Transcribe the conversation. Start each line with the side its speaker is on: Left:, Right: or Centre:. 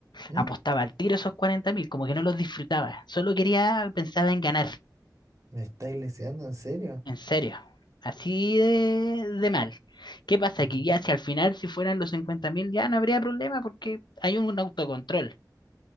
Right: ¿Mm?
Left: apostaba al tiro esos cuarenta mil, como que no los disfrutaba. Solo quería, pensaba en ganar,
Right: ¿Me estáis leseando en serio?
Left: en serio. Así de, de mal. ¿Qué pasa
Right: ¿Ya?
Left: que Ya si al final, si fueran los cincuenta mil, ya no habría problema porque hay un autocontrol.